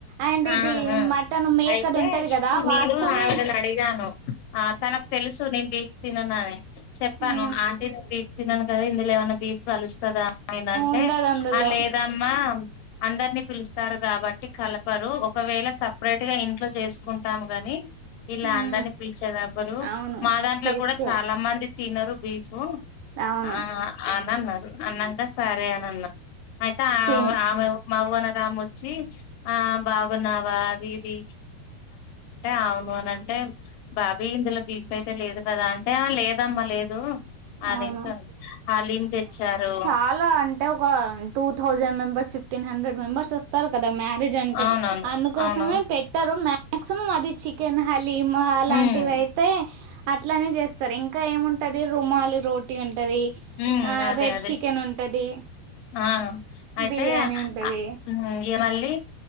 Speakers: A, on the right; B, on the left.
A: అండ్
B: ఆ
A: ఇది
B: ఆ
A: మటన్ మేకది
B: అయితే
A: ఉంటది కదా వాటితోనే
B: నేను ఆవిడని అడిగాను ఆ తనకు తెలుసు నేను బీఫ్ తిననని చెప్పాను
A: ఉ
B: ఆంటీను తినను కదా ఇందులో ఏమన్న బీఫ్ కలుస్తదా <inaudible> నేనంటే
A: ఉండదు అందులో
B: ఆ లేద్ దమ్మా అందరినీ పిలుస్తారు కాబట్టి కల ప్పరు ఒకవేళ సపరేట్ గా ఇంట్లో చేసుకుంటాము గాని ఇలా
A: ఉ
B: అందరినీ పిలిచేది ఎవ్వరు
A: అవును
B: మా దాంట్లో
A: చేసుకోరు
B: కూడా చాలా మంది తినరు బీఫ్
A: అవును
B: ఆ అనన్నారు అన్నాక సరే అనన్నా అయితే ఆ
A: తిన్
B: ఆమె మా ఓనర్ ఆమె వచ్చి ఆ బాగున్నావా ఆ పిలిచి ఆ <inaudible> బాబీ ఇందులో బిఫైతే అయితే లేదు కదా అంటే లేదమ్మా లేదు ఆనేసంది
A: అవును
B: హలీమ్ తెచ్చారు
A: అలా అం ట ఒక two thousand members fifteen hundred members వస్తారు కదా మ్యారేజ్ అంటే
B: అవునవును
A: అందుకోసమే
B: అవును
A: పెట్టారు మాక్సిమం అది చి కెన్, హలీమ్ అలాంటివి
B: ఉమ్
A: అయితే అట్లనే చేస్తారు ఇంకా ఏముంటది రుమాలి రోటీ ఉంటది
B: ఉమ్
A: ఆ
B: అదే
A: రెడ్
B: అదే
A: చికెన్ ఉంటది,
B: ఆ అయితే
A: బిర్యానీ ఉంటది
B: ఆ ఇగ మళ్ళీ